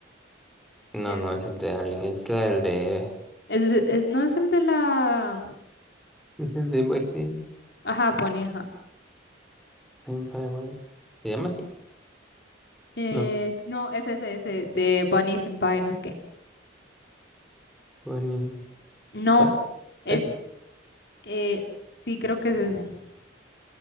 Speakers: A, in the centre; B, on the left (about 60°).
A: no,
B: Eh,
A: no es el de Darling, es la del de,
B: es de- es- no es el de la...
A: es el de Boy Stan-
B: Ajá, Bonnie, ajá.
A: Senpai, güey. ¿Se llama así?
B: Eh,
A: No,
B: no, es ese, ese, de Bunny Senpai, no sé qué.
A: Bonnie,
B: No,
A: ¿cuál?
B: es,
A: Este,
B: eh, sí creo que es ese,